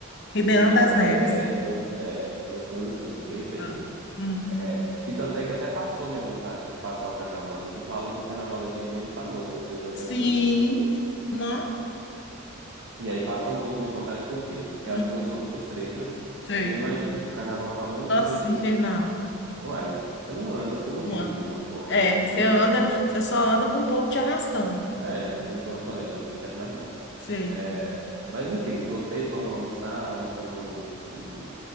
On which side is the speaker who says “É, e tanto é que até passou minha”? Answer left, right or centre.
Right